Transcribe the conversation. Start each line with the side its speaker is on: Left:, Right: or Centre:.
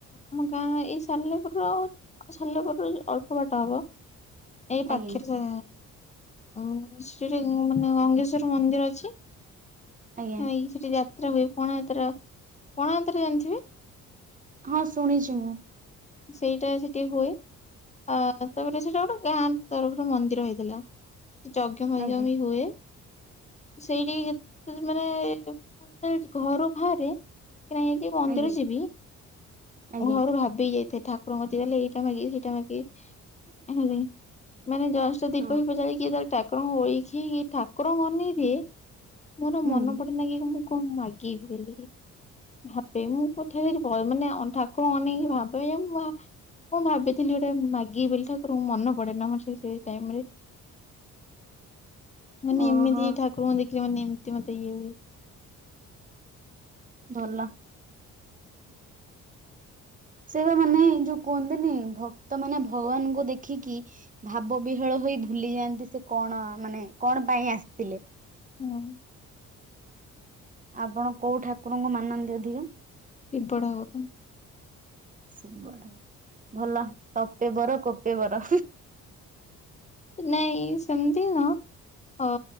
Left: ଆମ ଗାଁ ଏଇ ସାଲେପୁରୁ। ଆଉ ସାଲେପୁରରୁ ଅଳ୍ପ ବାଟ ହବ ଏଇ ପାଖରେ
Right: ଆଜ୍ଞା।
Left: ଆ ସେଠି ମାନେ ଗଙ୍ଗେଶ୍ଵର ମନ୍ଦିର ଅଛି
Right: ଆଜ୍ଞା
Left: ଏଇ ସେଠି ଯା ଯାତ୍ରା ହୁଏ ପଣା ଯାତ୍ରା ହୁଏ ପଣାଯାତ୍ରା ଜାଣିଥିବେ।
Right: ହଁ, ଶୁଣିଛି ମୁଁ
Left: ସେଇଟା ସେଠି ହୁଏ। ଆ ତାପରେ ଗୋଟେ ସେଇଟା ବ୍ୟାନ୍ ତରଫରୁ ମନ୍ଦିର ହେଇଥିଲା। ଯଜ୍ଞ, ପଂଜ୍ଞ
Right: ଆଜ୍ଞା
Left: ବି ହୁଏ। ସେଇଠି ଯଦି ମାନେ ମୁଁ ଯେତେବେଳେ ଘରୁ ବାହାରେ କି ନାଇଁ କି ମନ୍ଦିର
Right: ଆଜ୍ଞା
Left: ଯିବି
Right: ଆଜ୍ଞା
Left: ଘରୁ ଭାବିକି ଯାଇଥାଏ ଠାକୁରଙ୍କ କତୀକି ଗଲେ ଏଇଟା ମାଗିବି ସେଇଟା ମାଗିବି। ହେଲେ ମାନେ ଜଷ୍ଟ ଦୀପ
Right: ହଁ।
Left: ଫିପ ଜାଳି କି ଯେତେବେଳେ ଠାକୁରଙ୍କୁ ଓଳଖି ଠାକୁରଙ୍କୁ ଅନେଇ ଦିଏ ମୋର
Right: ହୁଁ
Left: ମନେ ପଡେ ନା କି ମୁଁ କଣ ମାଗିବି ବୋଲି ଭାବେ ମୁଁ ପଠେ ମାନେ ଠାକୁରଙ୍କୁ ଅନେଇକି ଭାବେ ତୋୟା ମୁଁ ଆ କଣ ଭାବିଥିଲି ଗୋଟେ ମାଗିବି ବୋଲି ଠାକୁରଙ୍କୁ ମନ ପଡେ ନା ମୋର ସେଇ ସେଇ ଟାଇମ୍ ରେ। ମାନେ
Right: ଓହୋ
Left: ଏମିତି ଠାକୁରଙ୍କୁ ଦେଖିଲେ ମାନେ ଏମିତି ମତେ ଇଏ ହୁଏ।
Right: ଭଲ। ସେଇ ମାନେ ଯୋଉ କୁହନ୍ତିନି ଭକ୍ତ ମାନେ ଭଗବାନଙ୍କୁ ଦେଖିକି ଭାବ ବିହ୍ୱଳ ହୋଇ ଭୁଲି ଯାଆନ୍ତି ସେ କଣ ମାନେ କଣ ପାଇଁ ଆସିଥିଲେ?
Left: ହଁ।
Right: ଆପଣ କୋଉ ଠାକୁରଙ୍କୁ ମାନନ୍ତି ଅଧିକ?
Left: ଶିବ ଠାକୁରଙ୍କୁ।
Right: ସେ ଭଲ ତପେ ବର କୋପେ ବର।
Left: ନାଇଁ ସେମିତି ନ ଅ